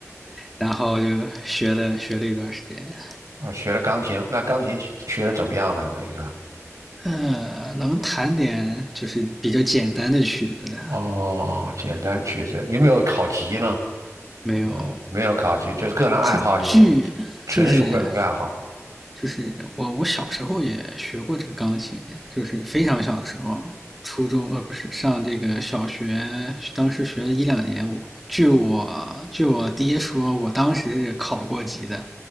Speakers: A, in the centre; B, on the right (about 80°).
A: 然后就学了学了一段时间。
B: 哦，学了钢琴，那钢琴学学的怎么样了？这一个？
A: 呃，能弹点就是比较简单的曲子的
B: 哦，简单的曲子，有没有考级呢？
A: 没有？
B: 呃，没有考级，就是个人爱好一点，
A: 这剧就是
B: 纯属个人爱好。
A: 就是我我小时候也学过这个钢琴，就是非常小的时候，初中呃不是上这个小学，当时学了一两年。我据我据我爹说，我当时是考过级的，